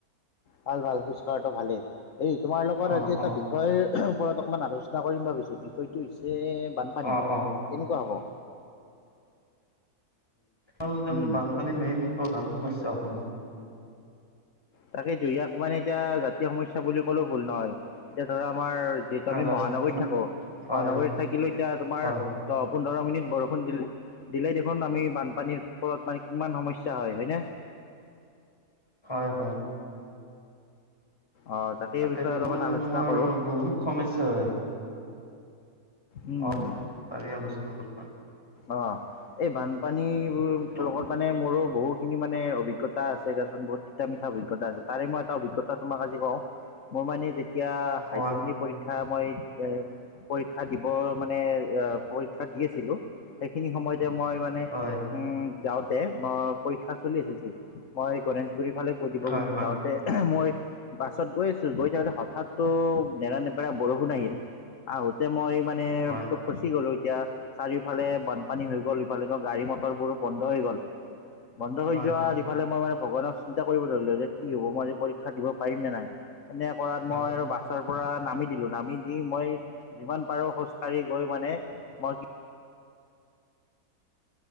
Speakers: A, on the left; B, on the left.
A: ভাল ভাল খোজ কঢ়া ভালেই এই তোমাৰ লগত
B: অ'
A: আজি এটা
B: অ'
A: বিষয় ওপৰত অকণমান আলোচনা কৰিম ভাবিছোঁ বিষয়টো হৈছে বানপানী
B: অ' অ'
A: কেনেকুৱা হ'ব
B: আৰ দেখন
A: উম
B: বানপানীৰ মেইন প্ৰধান সমস্যা অসমত
A: তাকেটো ইয়াক মানে এতিয়া জাতীয় সমস্যা বুলি ক'লেও ভুল নহয় এতিয়া ধৰা আমাৰ যিহেতু
B: আহ
A: আমি
B: ৰাষ্ট
A: মহানগৰীত থাকো
B: হয়
A: মহানগৰীত থাকিলো এতিয়া তোমাৰ
B: হয়
A: দহ পোন্ধৰ মিনিট বৰষুণ দিলে দিলে দেখোন আমি বানপানীৰ ওপৰত মানে কিমান সমস্যা হয় হয়নে
B: হয় হয়
A: অঁ তাকেই
B: তাকেটো
A: বিষয়ে অলপমান আলোচনা
B: তোমাৰ
A: কৰোঁ
B: বহুত সমস্যা হয়
A: উম
B: অ
A: উম
B: পাৰি আলোচনা কৰিবা
A: অ এই বানপানী
B: তুম
A: লগত মানে মোৰো বহুত বহুখিনি মানে অভিজ্ঞতা আছে দেচোন বহুত তিতা মিঠা অভিজ্ঞতা আছে। তাৰে মই এটা অভিজ্ঞতা তোমাক আজি কওঁ মোৰ মানে যেতিয়া
B: কোৱা
A: হাই ছেকেণ্ডেৰী পৰীক্ষা মই পৰীক্ষা দিব মানে পৰীক্ষা দি আছিলোঁ সেইখিনি সময়তে মই মানে
B: হয়
A: উম যাওঁতে মই পৰীক্ষা চলি আছিল ঠিক মই গনেেশগুৰি ফালে গৈ দিব
B: হয়
A: গৈছিলো
B: হয়
A: যাওঁতে মই বাছত গৈ আছো গৈ থাকোতে হঠাৎটো নেৰা নেপেৰা বৰষুণ আহিল আহোতে মই মানে
B: হয়
A: তটো ফচি গলো এতিয়া চাৰিও ফালে বানপানী হৈ গ'ল ইফালে ত গাড়ী মটৰ বোৰো বন্ধ হৈ গ'ল বন্ধ হৈ
B: হয়
A: যোৱা
B: হয়।
A: ইফালে মই মানে ভগৱানৰ চিন্তা কৰিব ধৰি লও যে কি হ'ব মই আজি পৰীক্ষা দিব পাৰিম নে নাই এনে কৰাত
B: হয়
A: মই আৰু বাছ পৰা নামি দিলোঁ নামি দি মই যিমান পাৰোঁ খোজকাঢ়ি গৈ মানে মই